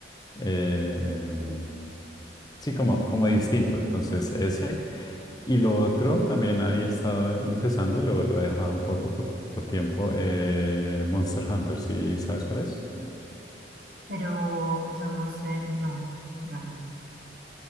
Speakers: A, on the left (about 20°); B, on the right (about 50°).
A: eh, sí, como, como distinto. Entonces, ese. Y lo otro también había estado empezando, lo, lo he dejado un poco por, por tiempo, eh, Monster Hunter, ¿sí sabes cuál es?
B: Pero, o sea, Monster, no, Ramón.